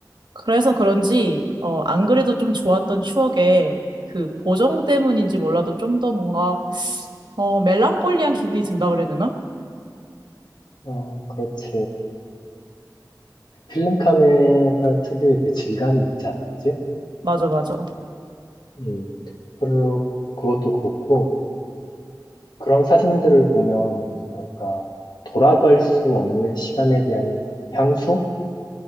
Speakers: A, on the right; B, on the left.
A: 그래서 그런지, 어, 안 그래도 좀 좋았던 추억에 그 보정 때문인지 몰라도 좀 더 뭔가, 어, 멜랑콜리한 기분이 든다 그래야 되나?
B: 어, 그렇지. 그 필름 카메라 특유의 그 질감이 있잖아, 그지?
A: 맞아, 맞아.
B: 음, 그리고 그것도 그렇고, 그런 사진들을 보면, 뭐랄까, 돌아갈 수 없는 시간에 대한 향수?